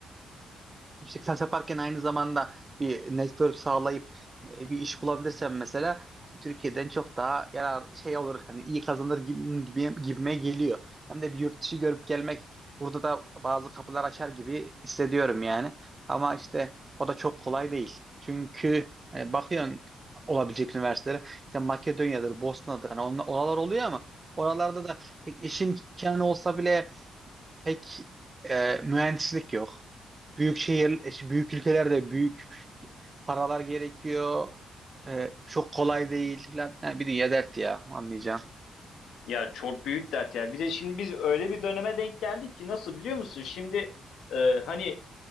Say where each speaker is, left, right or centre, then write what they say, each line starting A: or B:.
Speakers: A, on the right; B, on the left.
A: yüksek lisans yaparken aynı zamanda bir network sağlayıp e, bir iş bulabilirsem mesela hani Türkiye'den çok daha yarar şey olur hani iyi kazanır gibi, gibi gibime geliyor. Hem de bir yurt dışı görüp gelmek burada da bazı kapılar açar gibi hissediyorum yani. Ama işte o da çok kolay değil. Çünkü hani bakıyorsun olabilecek üniversitelere işte Makedonya'dır, Bosna'dır hani onla- oralar oluyor ama oralarda da pek iş imkanı olsa bile pek e, mühendislik yok. Büyük şehir, büyük ülkelerde büyük paralar gerekiyor. E, çok kolay değil falan. Ha, bir dünya dert ya anlayacağım.
B: Ya çok büyük dert ya. Bir de şimdi biz öyle bir döneme denk geldik ki nasıl biliyor musun? Şimdi e, hani